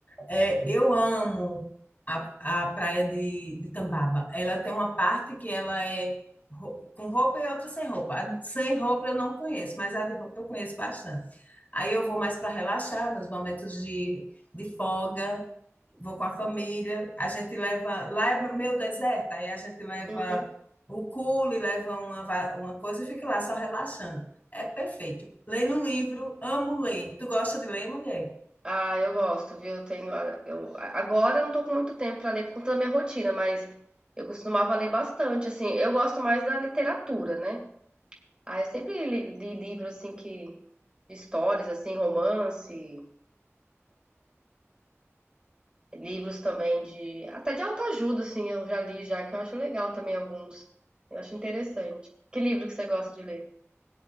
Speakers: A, on the left; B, on the right.
A: É, eu amo a, a praia de, de Tambaba. Ela tem uma parte que ela é ro- com roupa e outra sem roupa. A sem roupa eu não conheço, mas a de roupa eu conheço bastante. Aí eu vou mais para relaxar nos momentos de, de folga, vou com a família. A gente leva. Lá é meio deserto, aí a gente leva
B: Uhum.
A: o cule, leva uma, va- uma coisa e fica lá só relaxando. É perfeito. Lendo um livro, amo ler. Tu gosta de ler, mulher?
B: Ah, eu gosto, viu? Eu tenho, a- eu, a- agora eu não tô com muito tempo pra ler por conta da minha rotina, mas eu costumava ler bastante, assim. Eu gosto mais da literatura, né? Ah, eu sempre li, li livros assim que de histórias, assim, romance, livros também de até de autoajuda, assim, eu já li já que eu acho legal também alguns. Eu acho interessante. Que livro que você gosta de ler?